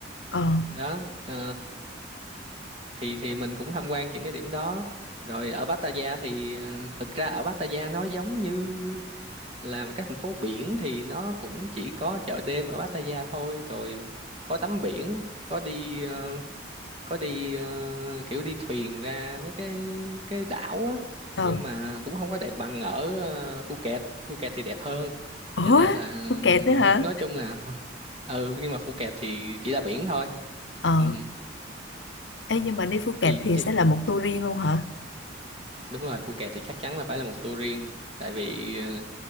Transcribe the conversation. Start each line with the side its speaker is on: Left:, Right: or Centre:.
Left: ờ,
Right: đó ờ, thì thì mình cũng tham quan những cái điểm đó rồi ở Pattaya thì ờ, thực ra ở Pattaya nó giống như là một cái thành phố biển thì nó cũng chỉ có chợ đêm ở Pattaya thôi rồi có tắm biển có đi ờ, có đi ờ, kiểu đi thuyền ra mấy cái cái đảo á
Left: ờ.
Right: nhưng mà cũng không có đẹp bằng ở ờ, Phuket Phuket thì đẹp hơn
Left: Ủa,
Right: cho nên là
Left: Phuket nữa hả?
Right: nói chung là ừ nhưng mà Phuket thì chỉ là biển thôi
Left: Ờ,
Right: ừ.
Left: ê, nhưng mà đi Phuket
Right: thì
Left: thì
Right: thì
Left: sẽ là một tour riêng luôn hả?
Right: đúng rồi Phuket thì chắc chắn là phải là một tour riêng tại vì ờ,